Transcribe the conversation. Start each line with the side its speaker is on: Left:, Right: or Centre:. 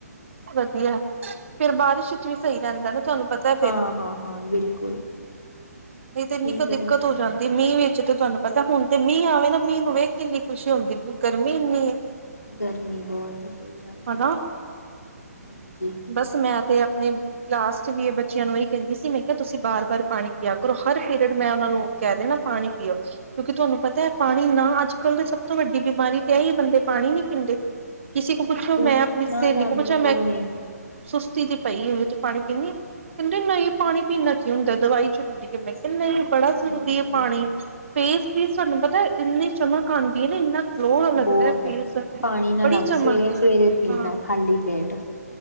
Right: ਵਧੀਆ ਫੇਿਰ ਬਾਰਿਸ਼ ਵਿੱਚ ਵੀ ਸਹੀ ਰਹਿੰਦਾ ਨਾ ਤੁਹਾਨੂੰ ਪਤਾ। ਫਿਰ
Left: ਹਾਂ-ਹਾਂ-ਹਾਂ ਬਿਲਕੁਲ।
Right: ਨਹੀਂ ਤੇ ਇੰਨੀ
Left: ਠੀਕ
Right: ਕੁ
Left: ਰਹਿੰਦਾ,
Right: ਦਿੱਕਤ ਹੋ ਜਾਂਦੀ। ਮੀਂਹ ਵਿੱਚ ਤੇ ਤੁਹਾਨੂੰ ਪਤਾ ਹੁਣ ਤੇ ਮੀਂਹ ਆਵੇ ਨਾ ਮੀਂਹ ਨੂੰ ਵੇਖ ਕੇ ਕਿੰਨੀ ਖੁਸ਼ੀ ਹੁੰਦੀ ਗਰਮੀ ਇੰਨੀ ਹੈ।
Left: ਗਰਮੀ ਬਹੁਤ ਹੈ, ਸਹੀ ਗੱਲ ਜੀ
Right: ਹਨਾ
Left: ਹਾਂਜੀ।
Right: ਬਸ ਮੈਂ ਤੇ ਆਪਣੇ। ਕਲਾਸ ਚ ਵੀ ਇਹ ਬੱਚਿਆਂ ਨੂੰ ਇਹਹੀ ਕਹਿੰਦੀ ਸੀ, ਮੈਂ ਕਿਹਾ ਤੁਸੀਂ ਬਾਰ ਬਾਰ ਪਾਣੀ ਪਿਆ ਕਰੋ। ਕਹਿ ਦੇ ਨਾ ਪਾਣੀ ਪੀਓ। ਕਿਉਂਕਿ ਤੁਹਾਨੂੰ ਪਤਾ ਹੈ ਪਾਣੀ ਨਾ ਅੱਜ ਕੱਲ ਦੇ ਸਭ ਤੋਂ ਵੱਡੀ ਬਿਮਾਰੀ ਤੇ ਇਹ ਹੀ ਬੰਦੇ ਪਾਣੀ ਨੀ ਪੀਂਦੇ਼। ਕਿਸੇ
Left: ਹਾਂਜੀ,
Right: ਕੋ ਪੁੱਛੋ ਮੈਂ ਆਪਣੀ ਸਹੇਲੀ
Left: ਨਾ-ਨਾ
Right: ਕੋ ਪੁੱਛਿਆ।
Left: ਬਿਲਕੁਲ ਨੀ,
Right: ਸੁਸਤੀ ਜੀ ਪਈ ਹੋਵੇ ਤੂੰ ਪਾਣੀ ਪੀਂਨੀ ਕਹਿੰਦੇ ਨਹੀਂ ਪਾਣੀ ਪੀਂਣ ਨਾਲ਼ ਕੀ ਹੁੰਦਾ ਦਵਾਈ ਚ ਹੁੰਦੀ ਹੈ। ਨਹੀਂ ਬੜਾ
Left: ਹੂੰ
Right: ਜ਼ਰੂਰੀ ਹੈ ਪਾਣੀ ਫੇਸ ਤੇ ਵੀ ਤੁਹਾਨੂੰ ਪਤਾ ਇੰਨੀ ਚਮਕ ਆਉਂਦੀ ਹੈ ਨਾ ਇੰਨਾ। ਗਲੋ ਲੱਗਦਾ
Left: ਬਹੁਤ
Right: ਫੇਸ
Left: ਪਾਣੀ ਨਾ
Right: ਬੜੀ
Left: ਆਉਂਦਾ
Right: ਚਮਕ
Left: ਸਵੇਰੇ ਸਵੇਰੇ ਪੀਣ
Right: ਹਾਂ
Left: ਨਾਲ ਖਾਲੀ ਪੇਟ।